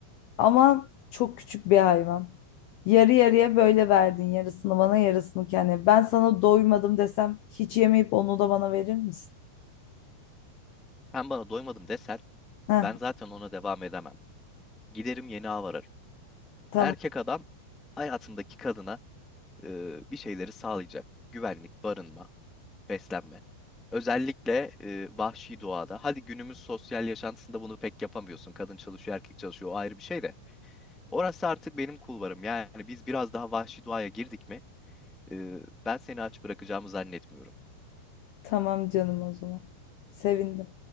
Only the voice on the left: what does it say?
Ama çok küçük bir hayvan. Yarı yarıya böyle verdin. Yarısını bana, yarısını kendine. Ben sana doymadım desem hiç yemeyip onu da bana verir misin?
Heh,
tamam.
Tamam canım o zaman. Sevindim.